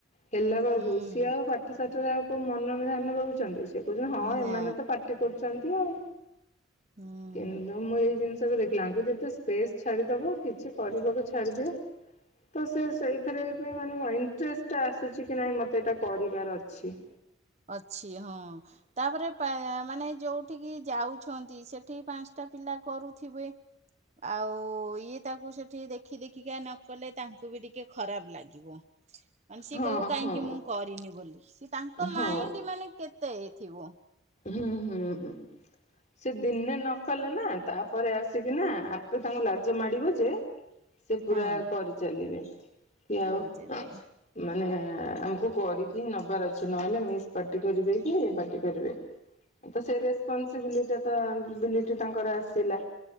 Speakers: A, on the left (about 35°); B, on the right (about 35°).
A: ହେଲା ବେଳୁକୁ
B: ହୁଁ
A: ସିଏ ଆଉ ପା ଠସାଠ ରେ ଆଉ କୋଉ ମନ ଧ୍ୟାନ ଦୋଉଚନ୍ତି ସିଏ କୋହୁଚନ୍ତି ହଁ
B: ନା
A: ଏମାନେ ତ ପାଟି କରୁଛନ୍ତି ଆଉ।
B: ହୁଁ।
A: କିନ୍ତୁ ମୁଁ ଏଇ ଜିନିଷ ବି ଦେଖିଲା ୟାଙ୍କୁ ଯେତେ ସ୍ପେସ ଛାଡିଦବ କିଛି କରିବାକୁ ଛାଡ଼ିଦିଅ ତ ସିଏ ସେଇ ଥିରେ ବି ମାନେ କଁ ଇଣ୍ଟ୍ରେଷ୍ଟେ ଆସି ଚିକି ନାଇଁ ମତେ ଏଟା କରିବାର ଅଛି।
B: ଅଛି ହଁ, ତାପରେ <unintelligible> ମାନେ ଏଇ ଯୋଉ ଠିକି ଯାଉଛନ୍ତି ସେଠିବି ପାନ୍ସଟା ପିଲା କରୁଥିବେ। ଆଉ ଇଏ ତାକୁ ସେଠି ଦେ ଖି ଦେଖିକା ନ କଲେ ତାଙ୍କୁ ବି ଟିକେ ଖରାପ ଲାଗିବ, ମାନ
A: ହଁ
B: କହିବ କାହିଁକି
A: ହଁ
B: ମୁଁ କରିନି ବୋଲି, ସିଏ ତାଙ୍କ
A: ହଁ
B: ମାଇଣ୍ଡ ମାନେ କେତେ ଥିବ?
A: ହୁଁ ହୁଁ ହୁଁ ସିଏ ଦିନେ ନ କଲେ ନା, ତାପରେ ଆସିକି ନା <unintelligible> ତାଙ୍କୁ ଲାଜ ମାଡିବ ଯେ ସେ ପୁରା
B: ହଁ
A: କରି ଚାଲିବେ <unintelligible> ଆଉ
B: କରି ଚାଲିବେ
A: ମାନେ ଆମୁକୁ କରିକିି ନବାର ଅଛି ନହେଲେ ମିସ୍ ପାଟି କରିବେ <unintelligible> ପାର୍ଟି କରିବେ। ହଁ ତ ସେଇ ରେସ୍ପନ୍ସବିଲି ଟା ତ ବିଲିଟି ତାଙ୍କର ଆସିଲା।